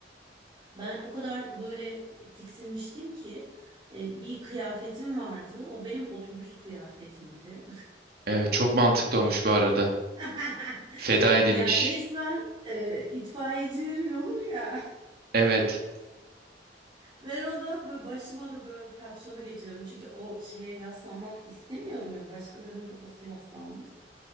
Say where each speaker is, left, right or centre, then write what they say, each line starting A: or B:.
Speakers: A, on the right; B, on the right.
A: ben o kadar böyle tiksinmiştim ki e, bir kıyafetim vardı. O benim otobüs kıyafetimdi.
B: Evet, çok mantıklı olmuş bu arada.
A: <laughs>
B: Feda edilmiş.
A: Ya resmen e, itfaiyecilerin olur ya.
B: Evet.
A: Ben ona böyle başıma da böyle kapşonu geçiriyordum. Çünkü o şeye yaslanmak istemiyordum yani başkalarının kafası yaslanmış.